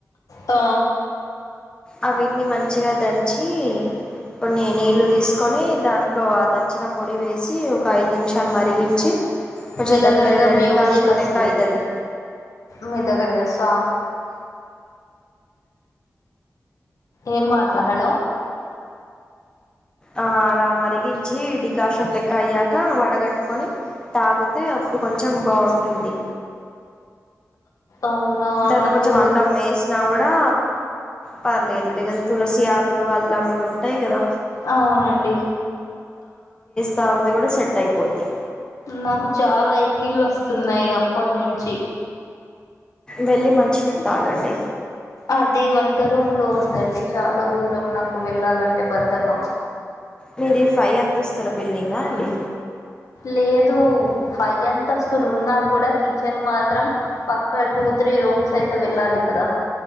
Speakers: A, on the left; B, on the left.
A: ఆ
B: అ వీటిని మంచిగా దంచి కొన్ని నీళ్లు తీసు కొని దాంట్లో ఆ దంచిన పొడి వేసి ఒక ఐదు నిమిషాలు మరిగించి కొంచం
A: మీ దగ్గర
B: దగ్గరగా
A: ఏదో మ్యూజిక్
B: డికార్షన్
A: వస్తుంది.
B: లెక్క ఐతాది
A: మీ దగ్గర ఏదో సాంగ్ ఏం మాట్లా హలో
B: ఆ అలా మరిగించి డికాషన్ లెక్క అయ్యాక వడగట్టుకొని తాగుతే అప్పుడు కొంచెం బావుం ఉంటుంది
A: అవునా
B: దాంట్లో
A: నాకు
B: కొంచెం అల్లం వేస్ నా కూడా పర్లేదు లే కదా తులసి ఆకులు అల్లం ఇవి ఉంటాయి కదా
A: అవునండి
B: తాగుతే కూడా సెట్ అయిపోద్ది
A: నాకు చాలా ఎక్కిళ్ళొస్తున్నాయి అప్పటి నుంచి
B: వెళ్ళి మంచినీళ్లు తాగండి
A: అది వంట రూమ్ లో ఉందండి చాలా దూరం నాకు వెళ్ళాలంటే బద్ధకం
B: మీది ఫై అంతస్ధుల బిల్డింగా అండి
A: లేదు ఫై అంతస్తులు ఉన్నా కూడా కిచ్ న్ మాత్రం పక్కా టూ త్రీ రూమ్స్ అయితే వెళ్ళాలి కదా